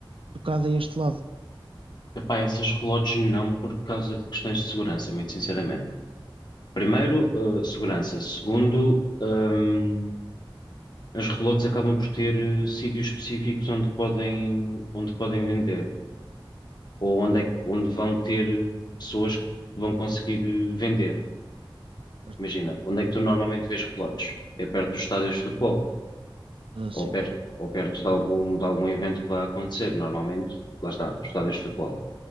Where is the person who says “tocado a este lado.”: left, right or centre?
Right